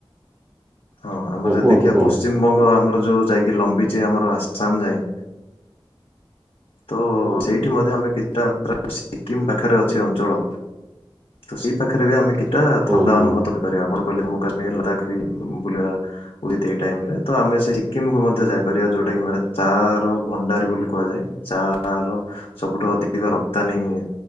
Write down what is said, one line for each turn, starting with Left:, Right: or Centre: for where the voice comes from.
Left: ହଁ ଆମେ ଯଦି
Right: କୁହନ୍ତୁ
Left: ଦେଖିବା
Right: କୁହନ୍ତୁ।
Left: ପଶ୍ଚିମବଙ୍ଗ ଆମର ଯୋଉ ଯାଇକି ଲମ୍ବିଛି ଆମର ଆସାମ ଯାଏଁ। ତ
Right: ହୁଁ
Left: ସେଇଠି ମଧ୍ୟ ଆମେ କିଛିଟା <unintelligible> ସିକିମ ପାଖରେ ଅଛି ଅଞ୍ଚଳ। ତ ସେଇ ପାଖରେ ବି ଆମେ କିଛିଟା
Right: ହୁଁ
Left: ଥଣ୍ଡା
Right: ହୁଁ
Left: ଅନୁଭତ କରିପାରିବା। ଆପଣ କହିଲେ ଜମ୍ମୁ କାଶ୍ମୀର ଲଦାଖ ବି ବୁଲିବା। ଉଇଥ୍ ଏଇ ଟାଇମ୍ ରେ ତ ଆମେ ସେ ସିକିମକୁ ମଧ୍ୟ ଯାଇପାରିବା, ଯୋଉଟା କି ମାନେ ଚାର ଭଣ୍ଡାରୀ ବୋଲି କୁହାଯାଏ। ଚା ର ସବୁଠୁ ଅଧିକ ରପ୍ତାନୀ ଉଁ,